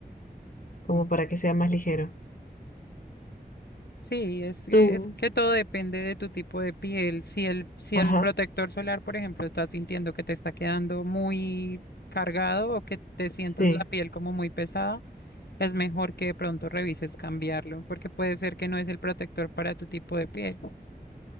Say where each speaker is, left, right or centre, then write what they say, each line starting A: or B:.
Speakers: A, on the left; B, on the left.
A: Sí,
B: como para que sea más ligero.
A: Sí, es que,
B: Tú,
A: es que todo depende de tu tipo de piel. Si el, si
B: ajá,
A: el protector solar, por ejemplo, estás sintiendo que te está quedando muy cargado o que te sientes
B: sí.
A: la piel como muy pesada, es mejor que de pronto revises cambiarlo, porque puede ser que no es el protector para tu tipo de piel.